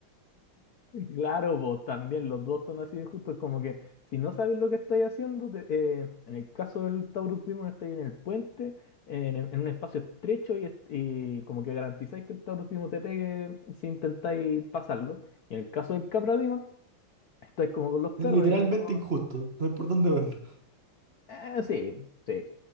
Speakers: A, on the left; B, on the right.
A: Claro, vos también, los dos son así de injustos, como que si no sabéis lo que estáis haciendo, te- eh, en el caso del Taurus Primo estáis en el puente, en, en un espacio estrecho y, est- y como que garantizáis que el Taurus Primo te pegue si intentáis pasarlo. Y en el caso del Capra Demon, estáis como con los
B: Literalmente
A: perros y si no,
B: injusto, no hay por dónde verlo.
A: eh, sí, sí.